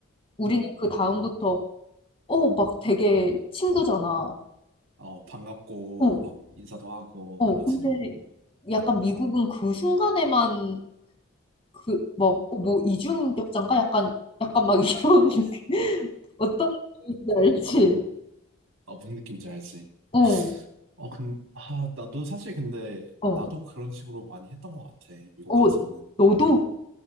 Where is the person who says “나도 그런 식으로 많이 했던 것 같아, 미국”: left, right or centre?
Right